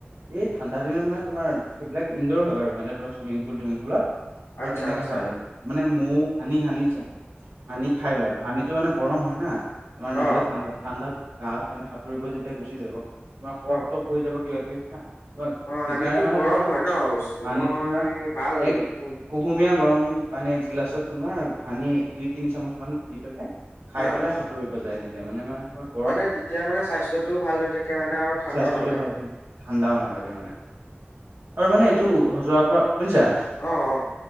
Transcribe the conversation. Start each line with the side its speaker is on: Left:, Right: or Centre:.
Right: এই ঠাণ্ডা দিনত মানে, তোমাৰ সেইবিলাক ইনডৰ হয় আৰু মানে, তোমাৰ চুইমিং পুল-তুইমিং পুলত। তোমাৰ
Left: আচ্ছা
Right: কেনেকা
Left: আচ্ছা।
Right: হয় মানে মৌ সানি-সানি যে, সানি খাই লয় সানি সেইটো মানে গৰম হয় না, তোমাৰ নহ'লে
Left: অ
Right: ঠাণ্ডা ঠাণ্ডাত গা মানে সাঁতুৰিবই যেতিয়া, গুচি যাব। তোমাৰ কষ্ট
Left: অ
Right: পৰি যাব, কিবা-কিবি হয় না? তোমাৰ
Left: অ',
Right: সেইকাৰণে
Left: সানিতো
Right: মানে
Left: গৰম
Right: তোমাৰ
Left: হয় ন বস্তুটো?
Right: হানিটো
Left: মই
Right: তোমাৰ
Left: ভাল
Right: এক
Left: তু
Right: কুহুমীয়া গৰম পানী একগিলাচত তোমাৰ সানি দুই-তিনি চামুচমান গুলি পেলাই খাই
Left: ন
Right: পেলাই সাঁতুৰিব যায় তেতিয়া মানে, মানে <unintelligible>
Left: মানে তেতিয়া মানে স্বাস্থ্যটোও ভাল হৈ থাকে মানে আৰু ঠাণ্ডাও
Right: স্বাস্থ্যটোও
Left: নালাগে
Right: ভাল, ঠাণ্ডাও নালাগে মানে। আৰু মানে
Left: হেল্ল'
Right: এইটো হজোৱাৰ পাৰ শুনিছা?
Left: অ অ